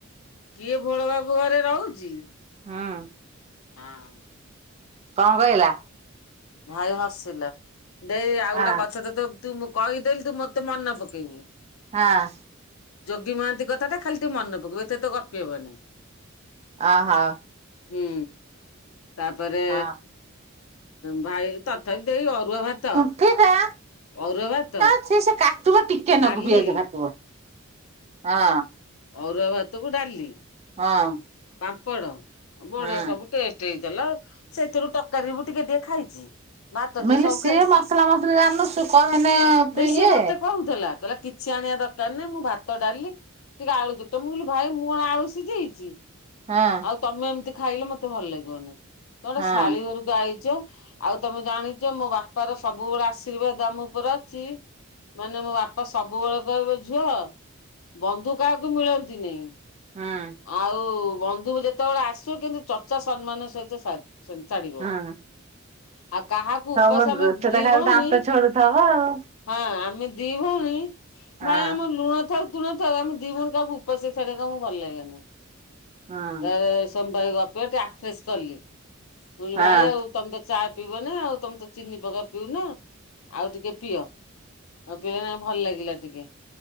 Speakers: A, on the left (about 80°); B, on the right (about 30°).
A: କିଏ ଭୋଳ ବାବୁ ଘରେ ରହୁଚି?
B: ହଁ।
A: ହଁ।
B: କଣ କହିଲା?
A: ଭାଇ ହସିଲା। ଦେଇ ଆଉ
B: ହଁ
A: ଗୋଟେ କଥା ତତେ ତୁ ମୁଁ କହିଦେଲି ତୁ ମତେ ମନେ ପକେଇବୁ।
B: ହଁ।
A: ଯୋଗୀ ମହାନ୍ତି କଥାଟା ଖାଲି ଟିକେ ମନେ ପକେଇବୁ। ଏତେ ତ ଗପି ବନି।
B: ଅ ହ।
A: ହୁଁ, ତାପରେ
B: ହଁ
A: ଭାଇ ତଥାପି ସେଇ ଅରୁଆ ଭାତ।
B: ହେ ଯା।
A: ଅରୁଆ ଭାତ
B: ଛି ସେ ସେ କାଟିବ, ଟିକେ
A: ଡାଲି
B: ନାକୁ ପିଆଜ କାଟିବ। ହଁ।
A: ଅରୁଆ ଭାତ କୁ ଡାଲି।
B: ହଁ।
A: ପାମ୍ପଡ ବଢିଆ
B: ହଁ
A: ସବୁ ଟେଷ୍ଟ ହେଇଥିଲା। ସେଥିରୁ ତରକାରୀ ମୁଁ ଟିକେ ଟିକେ ଖାଇଛି। ଭାତ
B: ମୁଁ କହିଲି
A: ସେ ସବୁ
B: ସିଏ
A: ଖାଇଛି ସେ।
B: ମସଲା ମସଲି ଜାଣିନୁ ସେ କହେନେ
A: ଦେଇ
B: ଇଏ
A: ସେ ମତେ କହୁଥିଲା। କହିଲା କିଛି ଆଣିବା ଦରକାର ନାହିଁ ମୁଁ ଭାତ, ଡାଲି ଟିକେ ଆଳୁ ଦବୁ। ମୁଁ କହିଲି ଭାଇ ମୁଁ କଣ ଆଳୁ ସିଝେଇଛି।
B: ହଁ।
A: ଆଉ ତମେ ଏମିତି ଖାଇଲେ ମତେ ଭଲ ଲାଗିବନି। ଜଣେ ଗୋଟେ
B: ହଁ
A: ଶାଳୀ ଘରୁ ଯାଇଚ। ଆଉ ତମେ ଜାଣିଚ ମୋ ବାପାର ସବୁବେଳେ ଆଶୀର୍ବାଦ ଆମ ଉପରେ ଅଛି। ମାନେ ମୋ ବାପା ସବୁବେଳେ କହିବେ ଝୁଅ ବନ୍ଧୁ କାହାକୁ ମିଳନ୍ତିନି।
B: ହଁ
A: ଆଉ ବନ୍ଧୁକୁ ଯେତେବେଳେ ଆସିବ, କିନ୍ତୁ ଚର୍ଚା ସମ୍ମାନ ସହିତ ଛାଡି ଛାଡ଼ିବ।
B: ହଁ
A: ଆଉ କାହାକୁ
B: ତମ
A: ଉପାସ ଆମେ
B: ସେଟା
A: ଦି
B: ଖାଲି
A: ଭଉଣି
B: ଦାନ୍ତ ଛଡୁଥବ ଆଉ
A: ହଁ ଆମେ ଦି ଭଉଣୀ
B: ହଁ
A: ମାନେ ଆମର ଲୁଣ ଥାଉ ତୁଣ ଥାଉ। ଆମେ ଦି ଭଉଣୀ କାହାକୁ ଉପାସ୍ ରେ ଛାଡିବାକୁ ଭଲ ଲାଗେନି।
B: ହଁ
A: ତାପରେ ସୋମବାର ରବିବାରେ ଟିକେ <unintelligible> କଲି। କହିଲି
B: ହଁ
A: ଭାଇ ଆଉ ତମେ ଚା ପିଇବନା। ଆଉ ତମେ ତ ଚିନି ପକା ପିଉନ ଆଉ ଟିକେ ପିଅ। <unintelligible> ଭଲ ଲାଗିଲା ଟିକେ।